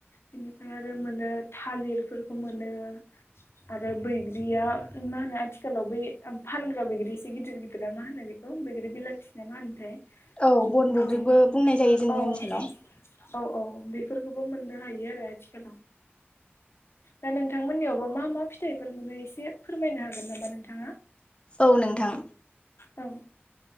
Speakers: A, on the left; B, on the left.
A: बेनिफ्राय आरो मोनो थालिरफोरखौ मोनो। आरो बैग्रिया मा होनो आथिखालाव बै फानग्रा बैग्रि एसे गिदिर गिदिरा मा होनो बि औ बैग्रि बिलाथि नामा होनथाय
B: औ
A: बिदिखौ
B: बन बग्रिबो बुंनाय जायो जोंनि
A: अ
B: ओनसोलाव
A: औ औ बेफोरखौबो मोननो हायो आरो आथिखालाव। दा नोंथांमोननियावबो मा मा फिथाइफोरखौ मोनो एसे फोरमायनो हागोन नामा नोंथाङा?
B: औ नोंथां
A: औ